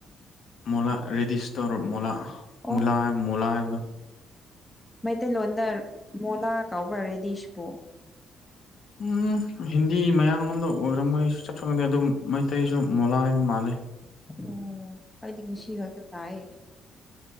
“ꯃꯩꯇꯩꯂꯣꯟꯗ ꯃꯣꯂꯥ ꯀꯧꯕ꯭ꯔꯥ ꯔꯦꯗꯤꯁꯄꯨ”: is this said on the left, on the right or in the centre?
Left